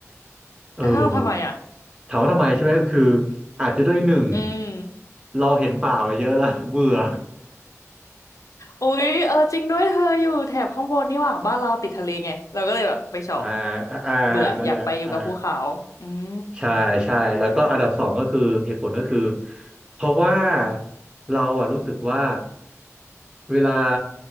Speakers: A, on the right (about 20°); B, on the left (about 85°).
A: เออ
B: อ้าวทำไมอ่ะ
A: ถามว่าทำไมใช่ไหมก็คืออาจจะด้วยหนึ่ง
B: อืม
A: เราเห็นป่ามาเยอะแล้วเบื่อ
B: อุ๊ยเออจริงด้วยเธออยู่แถบข้างบนนี่หว่าบ้านเราติดทะเลไงเราก็เลยแบบไปชอบ
A: <laughs> อ่าอ่านั่นแหละอ่า
B: เบื่ออยากไปอยู่กับภูเขาอืมอืม
A: ใช่ใช่แล้วก็อันดับสองก็คือเหตุผลก็คือเพราะว่าเราอ่ะรู้สึกว่าเวลา